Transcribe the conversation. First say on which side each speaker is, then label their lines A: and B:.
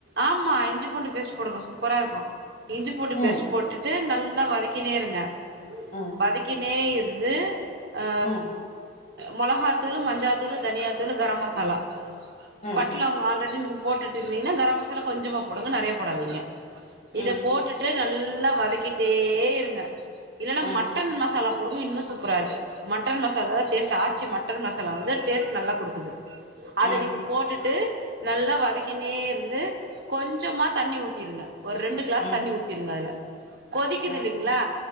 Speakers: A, on the right; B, on the left.
A: ஆமா இஞ்சி பூண்டு பேஸ்ட் போடுங்க சூப்பரா இருக்கு இஞ்சி போட்டு
B: ம்
A: பேஸ்ட் போட்டுடு நல்ல நல்லா வதகினே இருங்க
B: ம்
A: வதகினே இருந்து ஆ
B: ம்
A: மொளகாதூளு மஞ்சாதூளு தனியாதூளு கர மசாலா
B: ம்
A: பட்டலவங்க ஆள் ரடி நீ போட்டுடு இருதீங்கனா கர மசாலா கொஞ்சமா போடுக நெறய போடாதீங்க
B: ம்
A: இத போட்டுடு நல்லா வதகிடே இருங்க இல்லனா
B: ம்
A: மட்டன் மசாலா போடுங்க இன்னு சூப்பரா இருகு மட்டன் மசாலா டேஸ்ட் ஆச்சு மட்டன் மசாலா வந்து டேஸ்ட் நல்லா குடுகுது
B: ம்
A: அத நீங்க போட்டுடு நல்லா வதகினே இருந்து கொஞ்சமா தண்ணி ஊதிருங்க ஒரு ரெண்டு கிளாஸ்
B: ம்
A: தண்ணி ஊத்திருங்க அதுல கொதிக்குதுலைங்ளா
B: ம்